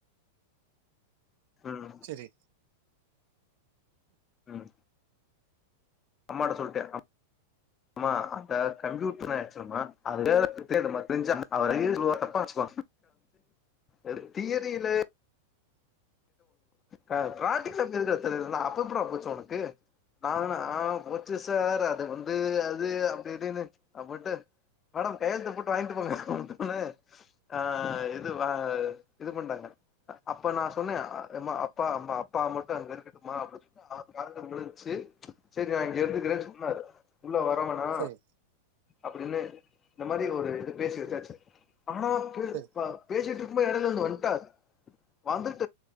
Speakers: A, on the left; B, on the right.
A: ம்
B: ச்செரி
A: உம் அம்மாட்ட சொல்ட்டேன் அம் அம்மா அந்த கம்ப்யூட்டர் ஆச்சுல மா அத வேலத்துதே <unintelligible> தப்பா வச்சுவா இர் தியரிலே க ட்ராத்திக் சப் எதுக்குடா <unintelligible> அப்ப எப்புடா போச்சு உனக்கு நானு ஆ போச்சு சார் அது வந்து அது அப்டி இப்டின்னு அபட்டு மேடம் கையெழுத்து போட்டு வாய்ன்ட்டு போங்கு <unintelligible> ஆ இதுவா இது பண்ட்டாங்க அப்ப நாஸ் சொன்னெயா எம்மா அப்பா அம்மா அப்பா மட்டு அங்க இருக்கட்டுமா அப்டி <inaudible> கால விழுன்ச்சு சரியா இங்கிருந்து கிறேன் சொன்னாரு உள்ள வரவனா
B: சரி
A: அப்படின்னு இந்த மாதி ஒரு இது பேசி வெச்சாச்சு ஆனா பே
B: சரி
A: பா பேசிட்டு திம்ப எடைல வந்து வந்ட்டாது வந்துட்